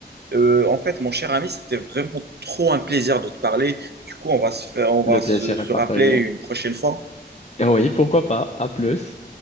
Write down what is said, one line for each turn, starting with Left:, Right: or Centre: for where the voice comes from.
Right: Euh, en fait, mon cher ami, c'était vraiment trop un plaisir de te parler. Du coup, on va se faire, on
Left: Le
Right: va
Left: plaisir
Right: se se
Left: est partagé.
Right: rappeler une prochaine fois.
Left: Oui, pourquoi pas. À plus.